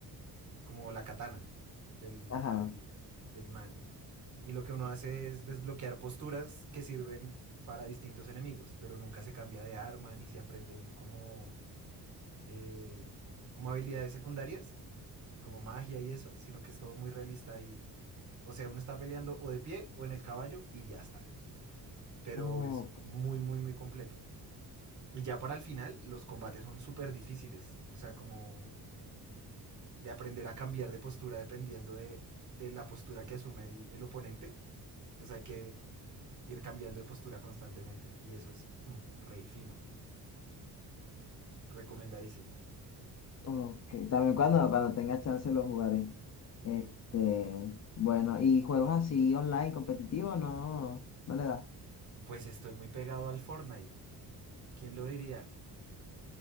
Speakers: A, on the right; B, on the left.
A: como la katana del,
B: ajá.
A: del, del man. Y lo que uno hace es desbloquear posturas que sirven para distintos enemigos, pero nunca se cambia de arma ni se aprenden como, eh, como habilidades secundarias, como magia y eso, sino que es todo muy realista y, o sea, uno está peleando o de pie o en el caballo y ya está. Pero
B: Oh,
A: es muy, muy, muy completo. Y ya para el final, los combates son súper difíciles. O sea, como de aprender a cambiar de postura dependiendo de, de la postura que asume el, el, oponente. Entonces hay que ir cambiando de postura constantemente. Y eso es mm, re fino. Recomendadísimo.
B: Ok, también cuando, cuando tenga chance lo jugaré. Este, bueno, ¿y juegos así online, competitivos? No, no le das.
A: Pues estoy muy pegado al Fortnite. ¿Quién lo diría?